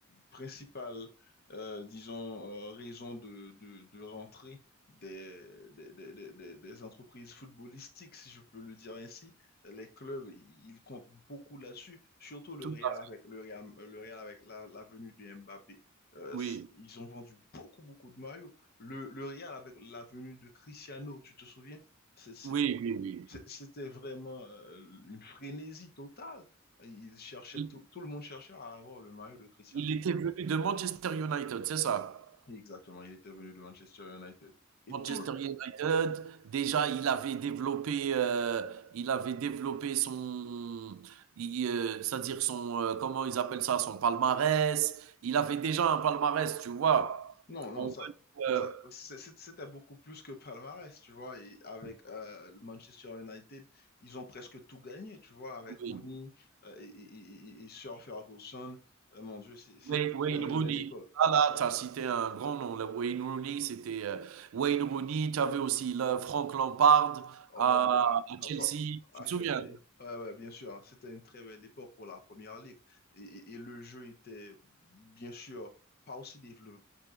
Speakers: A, on the left (about 50°); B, on the right (about 70°).
A: principales, euh, disons, euh, raisons de, de, de rentrée des, des, des, des, des- des entreprises footballistiques, si je peux le dire ainsi. Les clubs, i- ils comptent beaucoup là-dessus, surtout le
B: Tout
A: Real
B: à fait.
A: avec, le Real, le Real avec la, la venue de Mbappé. Euh,
B: Oui,
A: c- ils ont vendu beaucoup, beaucoup de maillots. Le, le Real avec la venue de Cristiano, tu te souviens? C'est
B: oui, oui, oui.
A: c'était vraiment euh, une frénésie totale. Il cherchait
B: Il
A: tout, tout le monde cherchait à avoir le maillot de Cristiano.
B: il était venu de Manchester United, c'est ça?
A: Exactement, il était venu de Manchester United. Et
B: Manchester
A: tout le...
B: United, déjà, il avait développé, heu, il avait développé son i heu, c'est-à-dire son, heu, comment ils appellent ça? Son palmarès. Il avait déjà un palmarès, tu vois?
A: Non, non,
B: On
A: ça,
B: peut,
A: ça,
B: heu,
A: c'est- c'est- c'était beaucoup plus que palmarès, tu vois. Et avec euh, le Manchester United, ils ont presque tout gagné, tu vois, avec
B: oui,
A: Rooney euh, et, et, et- et Sir Ferguson. Euh, mon Dieu, c'est- c'est-
B: Wayne
A: c'était
B: Wayne
A: une
B: Rooney.
A: belle époque.
B: Voilà, tu as cité un grand nom, là. Wayne Rooney, c'était, heu, Wayne Rooney, tu avais aussi là Frank Lampard
A: Oh,
B: à
A: euh,
B: à
A: enfin,
B: Chelsea,
A: à
B: tu te
A: Chelsea.
B: souviens?
A: Ouais, ouais, bien sûr. hein. C'était une très belle époque pour la Première Ligue. Et, et- et le jeu était, bien sûr, pas aussi développé,